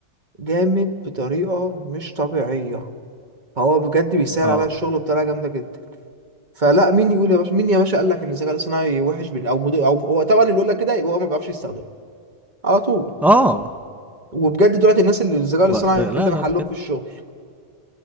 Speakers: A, on the right; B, in the centre.
A: جامد بطريقة مش طبيعية فهو بجد بيسهل
B: اه
A: على الشغل بطريقة جامدة جدا فلا مين يقول يا باشا مين يا باشا قال لك ان الذكاء الاصطناعي وحش بن او مدو او هو طبعا اللي يقول لك كده يبقى هو ما بيعرفش يستخدمه على طول
B: اه
A: وبجد دلوقتي الناس اللي الذكاء الاصطناعي
B: ب... ب... لا
A: هيحل محلهم
B: لا بجد
A: في الشغل